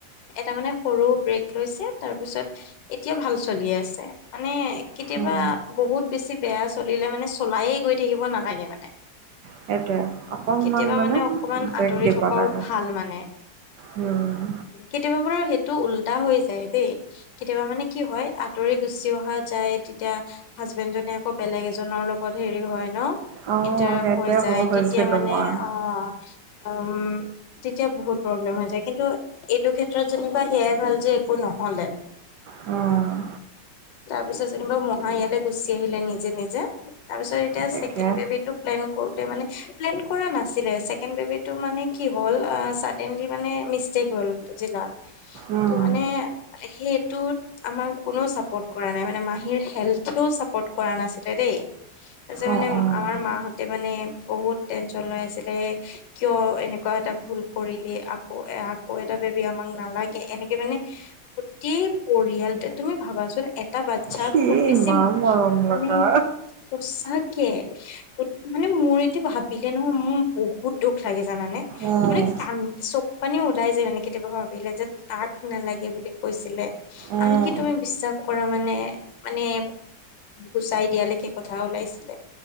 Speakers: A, on the left; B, on the right.
A: এটা মানে সৰু ব্ৰেক লৈছে তাৰপিছত এতিয়া ভাল। চলি আছে মানে কেতিয়াবা
B: উম
A: বহুত বেছি বেয়া চলিলে মানে চলায়ে গৈ থাকিব নালাগে মানে।
B: সেইটোৱে অকণমান
A: কেতিয়াবা মানে অকমান
B: ব্ৰেক
A: আঁতৰি
B: দিব
A: থকাও
B: লাগে
A: ভাল মানে।
B: উম।
A: কেতিয়াবা বাৰু সেইটো উল্টা হৈ যায় দেই কেতিয়াবা মানে কি হয়। আঁতৰি গুচি অহা যায় তেতিয়া। হাজবেণ্ড জনে আকৌ বেলেগ এজনৰ লগত হেৰি হয় ন'।
B: অ',
A: ইণ্টাৰাপ
B: সেইটোৱে
A: হৈ যায়
B: ক'ব খুজিছিলো
A: তেতিয়া মানে
B: মই।
A: আ উম। তেতিয়া বহুত প্ৰব্লেম হৈ যায় কিন্তু এইটো ক্ষেত্ৰত যেনিবা সেয়াই ভাল যে একো নহলে।
B: অ'।
A: তাৰ পিছত যেনিবা মহা ইয়ালৈ গুচি আহিলে নিজে নিজে তাৰ পিছত। এতিয়া
B: তাকে
A: ছেকেণ্ড বেবিটোক। প্লেন কৰোতে মানে প্লেন কৰা নাছিলে ছেকেণ্ড বেবিটো মানে কি হ'ল চাদেনলি মানে মিচটেইক। হ'ল বুজিলা
B: উম,
A: ত' মানে সেইটোত আমাক। কোনেও চাপৰ্ট কৰা নাই মানে মাহীৰ হেল্থেও চাপোৰ্ট কৰা নাছিলে দেই। তাৰপিছত মানে
B: অ', অ'।
A: আমাৰ মাহঁতে মানে বহুত টেনচন লৈ আছিলে। কিয় এনেকুৱা এটা ভুল কৰিলে আকৌ এ আকৌ এটা বেবী আমাক নালাগে এনেকে মানে। কি পৰিয়াল তে তুমি ভাবাচোন এটা বাচ্ছা
B: সি
A: খুব। বেছি
B: ইমান
A: মানে।
B: মৰম লগা।
A: সচাকে মানে মোৰ এইটো ভাবিলে নহয় মোৰ। বহুত দুখ লাগে জানানে
B: উম,
A: মানে কান। চকু পানীও ওলাই যায় কেতিয়াবা ভাবিলে যে তাক নালাগে বুলি কৈছিলে
B: উম,
A: আনকি। তুমি বিশ্বাস কৰা মানে মানে। গুচাই দিয়ালৈকে কথা ওলাইছিলে